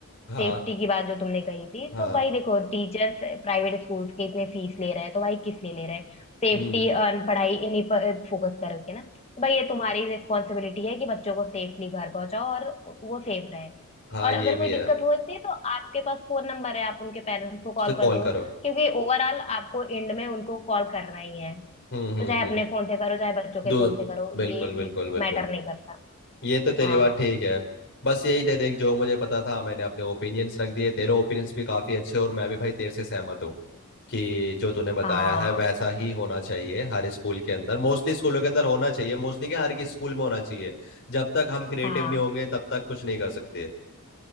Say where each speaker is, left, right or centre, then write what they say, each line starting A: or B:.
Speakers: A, on the left; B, on the left.
A: हाँ
B: सेफ्टी की बात जो तुमने कही थी
A: हाँ
B: तो भाई देखो टीचर्स प्राइवेट स्कूल्स के इतने फीस ले रहे हैं तो भाई किस लिए ले रहे हैं सेफ्टी
A: हम्म
B: और पढ़ाई इन्हीं पर फोकस करोगे ना तो भाई ये तुम्हारी रिस्पॉन्सिबिलिटी है कि बच्चों को सेफली घर पहुंचाओ और वो सेफ रहे
A: हाँ
B: और
A: ये
B: अगर
A: भी
B: कोई दिक्कत
A: है
B: होती है तो आपके पास फोन नंबर है आप उनके पेरेंट्स को कॉल
A: उससे
B: कर
A: कॉल
B: दो
A: करो
B: क्योंकि ओवरऑल आपको एंड में उनको कॉल करना ही है
A: हम्म हम्म
B: तो चाहे
A: हम्म
B: अपने फोन से करो चाहे बच्चों के
A: दो
B: फोन से करो
A: बिल्कुल
B: ये
A: बिल्कुल बिल्कुल
B: मैटर नहीं करता
A: ये तो तेरी
B: हाँ
A: बात ठीक है बस यही थे देख जो मुझे पता था मैंने अपने ओपिनियंस रख दिए तेरे ओपिनियंस भी काफ़ी अच्छे और मैं भी भाई तेरे से सहमत हूँ कि जो तूने बताया
B: हाँ
A: है वैसा ही होना चाहिए हर स्कूल के अंदर मोस्टली स्कूलों के अंदर होना चाहिए मोस्टली क्या हर किसी स्कूल में होना चाहिए जब तक हम क्रिएटिव
B: हाँ
A: नहीं होंगे तब तक कुछ नहीं कर सकते